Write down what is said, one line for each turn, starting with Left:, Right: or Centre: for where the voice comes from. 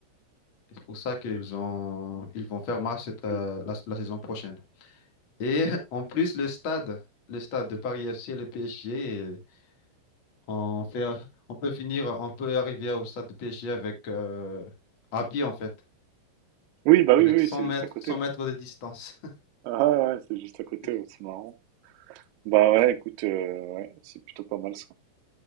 Left: Et C'est pour ça qu'ils ont, ils vont faire marche cette, euh,
Right: Oui.
Left: la, la saison prochaine. Et <laughs> en plus, le stade, le stade de Paris FC et le PSG, euh, on fait, on peut finir, on peut arriver au stade de PSG avec euh, à pied en fait.
Right: Oui, bah oui,
Left: avec
Right: oui,
Left: 100
Right: c'est
Left: mètres,
Right: juste à côté.
Left: 100 mètres de distance.
Right: Ah ouais, ouais, c'est juste à côté,
Left: <laughs>
Right: ouais, c'est marrant. Bah ouais, écoute, euh, ouais, c'est plutôt pas mal ça.